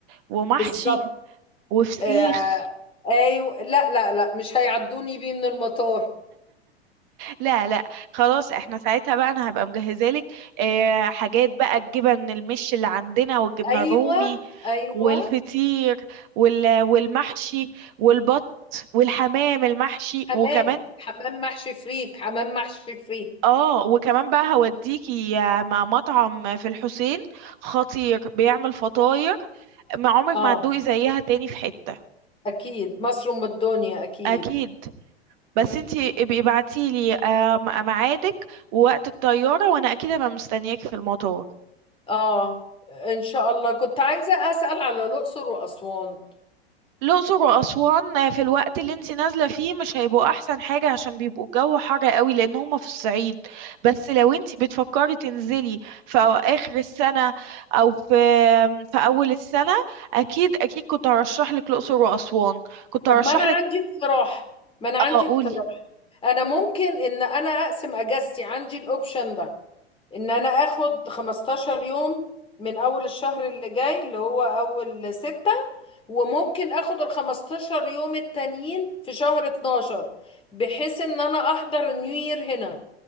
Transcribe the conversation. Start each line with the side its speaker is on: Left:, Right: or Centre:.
Right: ومحشي
Left: بالظبط
Right: وفسيخ
Left: آه، ايوه لا لا لا مش هيعدوني بيه من المطار
Right: لا لا خلاص احنا ساعتها بقى انا هبقى مجهزه لك اه حاجات بقى الجبن المش اللي عندنا والجبنه
Left: ايوه
Right: الرومي
Left: ايوه
Right: والفطير وال والمحشي والبط والحمام المحشي
Left: حمام
Right: وكمان
Left: حمام محشي فريك حمام محشي فريك
Right: اه وكمان بقى هوديكي آه، مع مطعم في الحسين خطير بيعمل فطاير ما عمرك
Left: اه
Right: ما هتدوقي زيها تاني في حتة
Left: أكيد مصر أم الدنيا أكيد
Right: اكيد بس
Left: مم.
Right: انتي ابقي ابعتي لي ميعادك ووقت الطيارة وانا اكيد هبقى مستنياكي في المطار
Left: آه إن شاء الله كنت عايزة أسأل على الأقصر وأسوان
Right: الأقصر وأسوان آه، في الوقت اللي انتي نازلة فيه مش هيبقوا أحسن حاجة عشان بيبقوا الجو حر قوي لأن هما في الصعيد بس لو انتي بتفكري تنزلي في أو- آخر السنة أو في في أول السنة أكيد أكيد كنت هرشح لك الأقصر وأسوان كنت
Left: طب
Right: هرشح
Left: ما أنا عندي
Right: لك
Left: اقتراح ما أنا عندي
Right: اه قولي
Left: اقتراح أنا ممكن إن أنا أقسم أجازتي عندي الأوبشن ده إن أنا آخد 15 يوم من أول الشهر اللي جاي اللي هو أول ستة وممكن آخد ال 15 يوم التانيين في شهر 12 بحيث إن أنا أحضر نيو يير هنا